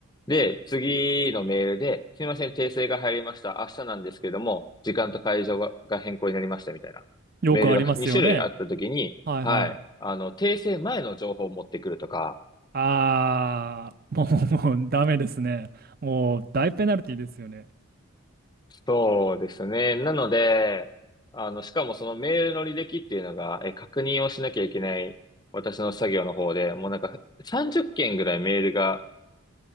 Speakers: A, on the left (about 20°); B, on the right (about 40°).
A: で、次のメールで、すみません、訂正が入りました。明日なんですけども、時間と会場が、が変更になりましたみたいなメールが2種類あったときに、
B: よくありますよね。はいはい。
A: はい、あの、訂正前の情報を持ってくるとか、
B: あー、もう、もうダメですね。もう大ペナルティですよね。
A: そうですね。なので、あの、しかもそのメールの履歴っていうのが、え、確認をしなきゃいけない私の作業の方で、もうなんか30件ぐらいメールが、